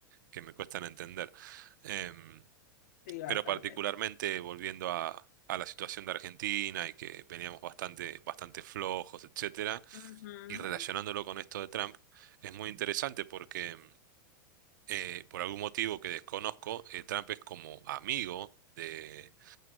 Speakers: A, on the right; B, on the left.
A: que me cuestan entender. Em,
B: sí, bastante.
A: pero particularmente volviendo a... a la situación de Argentina y que veníamos bastante, bastante flojos, etcétera,
B: Ujú.
A: y relacionándolo con esto de Trump, es muy interesante porque em, eh, por algún motivo que desconozco, eh, Trump es como amigo de,